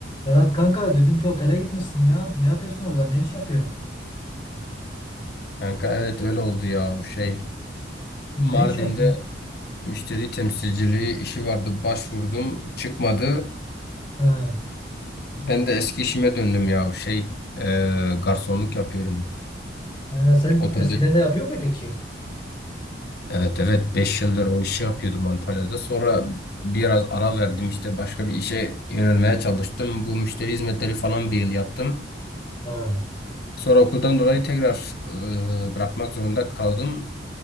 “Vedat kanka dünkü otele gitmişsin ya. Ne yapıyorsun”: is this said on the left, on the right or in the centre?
Left